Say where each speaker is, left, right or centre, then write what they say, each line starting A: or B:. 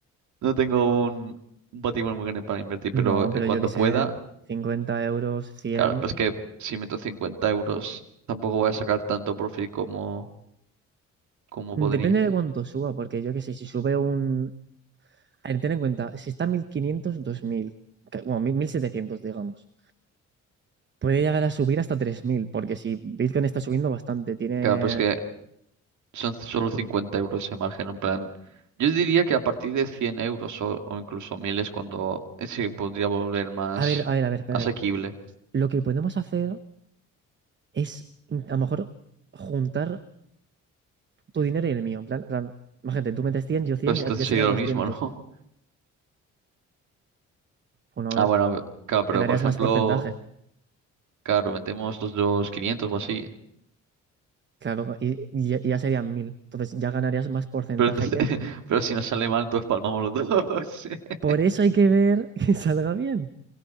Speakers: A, on the right (about 70°); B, on the right (about 40°).
A: no tengo un, un patrimonio muy grande para invertir,
B: No,
A: pero en
B: pero
A: cuando
B: yo qué sé,
A: pueda...
B: 50 euros, cien
A: Claro, pero es que si meto 50 euros tampoco voy a sacar tanto profit como, como podría.
B: Depende de cuánto suba, porque yo qué sé, si sube un... A ver, ten en cuenta, si está a 1500, 2000, que- bueno, 1700 digamos. Puede llegar a subir hasta 3000 porque si Bitcoin está subiendo bastante, tiene...
A: Claro, pero es que son solo 50 euros de margen, en plan... Yo diría que a partir de 100 euros o, o incluso 1000 es cuando eh, se podría volver más
B: A ver, a ver, a ver, espera.
A: asequible.
B: Lo que podemos hacer es, in- a lo mejor, juntar tu dinero y el mío. En plan, en plan, imagínate, tú metes 100 yo 100
A: Pues
B: ya,
A: entonces
B: ya
A: sería
B: serían
A: lo
B: 200.
A: mismo, ¿no? <laughs>
B: Bueno, a
A: Ah,
B: ver,
A: bueno, claro, pero
B: ganarías
A: por ejemplo,
B: más porcentaje.
A: claro, metemos los dos 500 o así.
B: Claro, y, y ya, y ya serían mil Entonces ya ganarías más porcentaje
A: Pero entonces,
B: que...
A: <laughs> pero si nos sale mal, todos palmamos los dos. <laughs>
B: Por eso hay que ver <laughs> que salga bien.